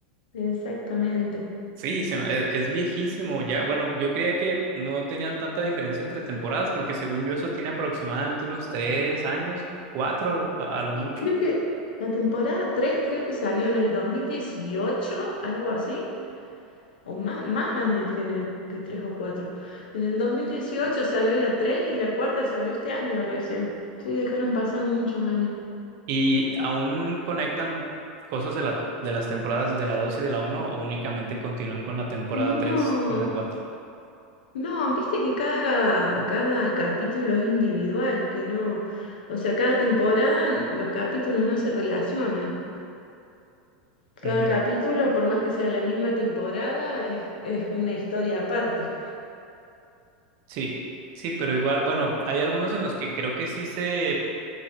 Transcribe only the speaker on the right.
Sí, se me- es, es viejísimo ya. Bueno, yo creía que no tenían tanta diferencia entre temporadas, porque según yo eso tiene aproximadamente unos tres años, cuatro a lo, a lo mucho,
y aún conectan cosas de la, de las temporadas de la 2 y de la uno o únicamente continúan con la temporada
3 y la 4.
Ujú.
Sí, sí, pero igual, bueno, hay algunos en los que creo que sí se